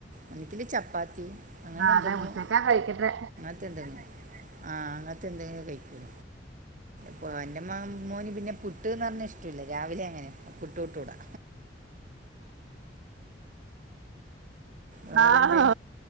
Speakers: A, on the right; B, on the right.
A: ഒന്നങ്കില് ചപ്പാത്തി അങ്ങനെ
B: ആഹ്
A: എന്തെങ്കിലും
B: അതെ ഉച്ചക്കാ കഴിക്കട്ടെ
A: <unintelligible> ആഹ് അങ്ങൻത്തെന്തെ കഴിക്കും പ്പൊ എന്റെ മോൻ മോന് പിന്നെ പുട്ട്ന്ന് പറഞാ ഇഷ്ടല്ല രാവിലെ അങ്ങനെ പുട്ട് വിട്ടൂടാ വേറെന്ത്
B: ആണോ